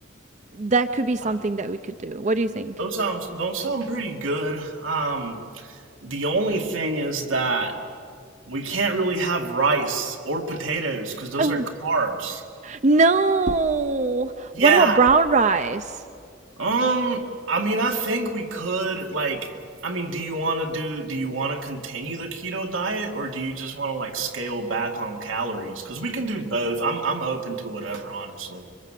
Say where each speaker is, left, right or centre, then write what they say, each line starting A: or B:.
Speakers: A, on the right; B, on the right.
A: That could be something
B: Uh,
A: that we could do. What do you think?
B: those sounds don't sound pretty good. Um the only thing is that we can't really have rice or potatoes because those
A: Oh,
B: are carbs.
A: no.
B: Yeah,
A: What about brown rice?
B: Um, I mean, I think we could like. I mean, do you want to do? Do you want to continue the keto diet, or do you just want to like scale back on calories? Because we can do both. I'm I'm open to whatever, honestly.